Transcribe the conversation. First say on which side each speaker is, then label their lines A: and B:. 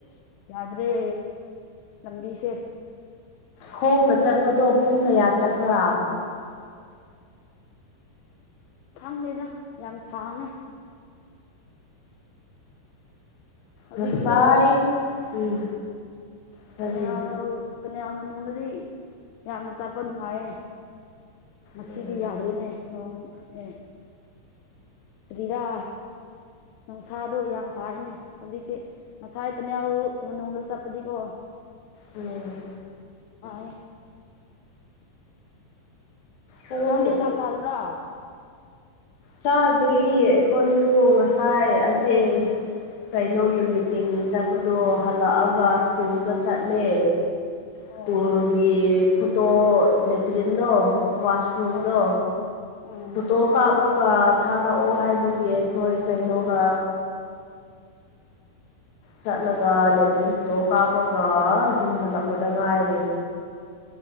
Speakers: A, on the left; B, on the left.
A: ꯌꯥ꯭ꯗꯔꯦ ꯂꯝꯕꯤꯁꯦ
B: ꯈꯣꯡꯅ ꯆꯠꯄꯗꯣ ꯄꯨꯡ ꯀꯌꯥ ꯆꯠꯄ꯭ꯔꯥ
A: ꯈꯪꯗꯦꯗ ꯌꯥꯝ ꯁꯥꯡꯉꯦ ꯍꯧꯖꯤꯛꯇꯤꯀꯣ
B: ꯉꯁꯥꯏ ꯎꯝ ꯀꯔꯤ
A: ꯇꯟꯅꯦꯜ ꯇꯥꯟꯅꯦꯜ ꯃꯅꯨꯡꯗꯗꯤ ꯌꯥꯝ ꯆꯥꯄ ꯅꯨꯡꯉꯥꯏꯌꯦ ꯉꯥꯁꯤꯗꯤ
B: ꯎꯝ
A: ꯌꯥꯗ꯭ꯔꯦꯅꯦ ꯅꯣꯡ ꯑꯦ ꯑꯗꯤꯔꯥ ꯅꯨꯡꯁꯥꯗꯣ ꯌꯥꯝ ꯁꯥꯏꯅꯦ ꯍꯧꯖꯤꯛꯇꯤ ꯉꯁꯥꯏ ꯇꯜꯅꯦꯜ ꯃꯅꯨꯡꯗ ꯆꯠꯄꯗꯤꯀꯣ
B: ꯎꯝ
A: <unintelligible>
B: ꯄꯨꯡ
A: ꯅꯪꯗꯤ ꯆꯥꯛ ꯆꯥꯔꯕ꯭ꯔꯥ
B: ꯆꯥꯗ꯭ꯔꯤ ꯑꯩꯈꯣꯏꯁꯨ ꯉꯁꯥꯏ ꯑꯁꯦ ꯀꯩꯅꯣꯒꯤ ꯃꯤꯇꯤꯡꯅꯤ ꯆꯠꯄꯗꯣ ꯍꯥꯂꯛꯑꯒ ꯁ꯭ꯀꯨꯜꯗ ꯆꯠꯂꯦ
A: ꯑꯣ
B: ꯁ꯭ꯀꯨꯜꯒꯤ ꯐꯣꯇꯣ ꯂꯦꯇ꯭ꯔꯤꯟꯗꯣ ꯋꯥꯁꯔꯨꯝꯗꯣ
A: ꯑꯣ ꯎꯝ
B: ꯐꯣꯇꯣ ꯀꯥꯞꯄꯒ ꯊꯥꯔꯛꯑꯣ ꯍꯥꯏꯕꯒꯤ ꯑꯈꯣꯏ ꯀꯩꯅꯣꯒ ꯆꯠꯂꯒ ꯂꯦꯇ꯭ꯔꯤꯟ ꯐꯣꯇꯣ ꯀꯥꯞꯄꯒ ꯌꯨꯝ ꯍꯥꯂꯛꯄꯗ ꯉꯥꯏꯔꯤ